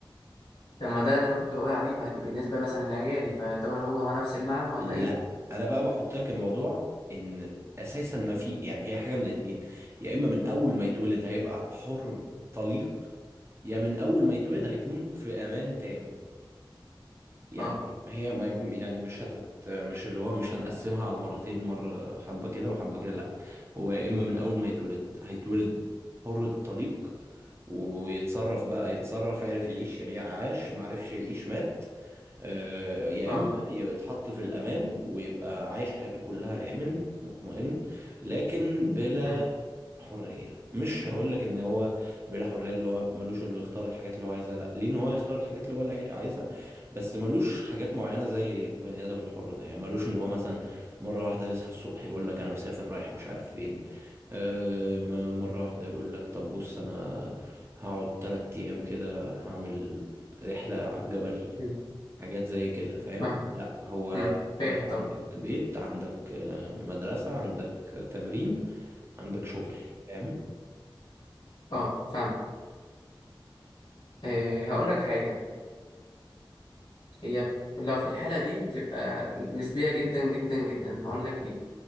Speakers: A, on the left; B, on the right.
A: لما ده اللي انا كنت بقول عليه مع- بالنسبه مثلا لعيالي فيعتبر هو هو نفس المعنى ولا
B: لا
A: ايه
B: انا بقى بحط لك الموضوع ان اساسا ما في يعني هي حاجه من الاتنين يا اما من اول ما يتولد هيبقى حر طليق يا من اول ما يتولد
A: م.
B: هيكون في امان تام يعني
A: اه
B: هي ما ينف- يعني مش هتت مش اللي هو مش هنقسمها على مرتين مرة حبة كده وحبة كده لأ هو يا إما من أول ما يتولد هيتولد حر طليق ويتصرف بقى يتصرف عرف يعيش يعي- عاش معرفش يعيش مات آه، يا
A: اه
B: إما يتحط في الأمان ويبقى عايش حياته كلها آمن مطمئن لكن بلا
A: م.
B: حرية مش هقول لك ان هو بلا حرية اللي هو ملوش انه يختار الحاجات اللي هو عايزها لا ليه ان هو يختار الحاجات اللي هو اللي عايزها بس ملوش حاجات معينة زي بني ادم الحر ده يعني ملوش ان هو مثلا مرة واحدة يصحى الصبح يقول لك انا مسافر رايح مش عارف فين آه ما- مرة واحدة يقول لك طب بص انا هقعد تلات ايام كده هعمل رحلة على الجبل
A: م.
B: حاجات زي كده فاهم
A: فاهم
B: لا هو
A: م.
B: انت
A: فاهم طب
B: عندك بيت عندك آه، مدرسة عندك آه، تمرين عندك شغل فاهم
A: اه فاهم آه هقول لك حاجه هي لو في الحالة دي بتبقى نسبية جدا جدا جدا هقول لك ليه